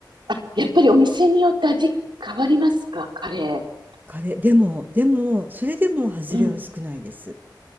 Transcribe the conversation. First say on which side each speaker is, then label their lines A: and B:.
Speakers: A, on the right; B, on the right.
A: あ、やっぱりお店によって味変わりますかカレー。
B: カレーでもでもそれでも外れは少ないです。
A: うん。